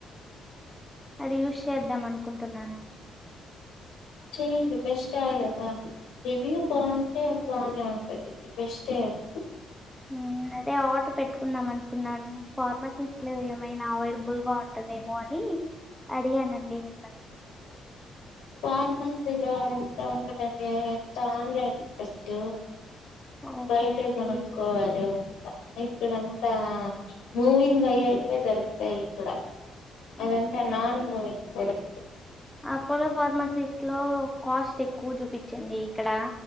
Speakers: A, in the centre; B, on the left.
A: అది యూస్ చేద్దాం అనుకుంటున్నాను
B: చెయ్యండి బెస్ట్ ఆ ఏ కదా రివ్యూ బాగుంటే బానే ఉంటది బెస్టే అన్
A: ఉ అదే ఆర్డర్ పెట్టుకుందం అనుకున్నాను, ఫార్మసిస్ట్ లో ఏమైనా అవైలబుల్ గా ఉంటుందేమో అని అడిగానండి మిమ్మల్ని
B: ఫార్మసీలో అంత ఉండదండి అంత ఆన్లైన్ ప్రోడక్టు
A: ఓకే
B: బయటే
A: అండి
B: గొనుక్కోవాలే ఎక్కడ అంతా మూవింగ్ అయ్యేటివె దొరుక్ తే ఇక్కడ, అదంతా
A: okay
B: non
A: okay
B: moving product
A: Apollo ఫార్మసీట్లో కాస్ట్ ఎక్కువ చూపిచ్చింది ఇక్కడ.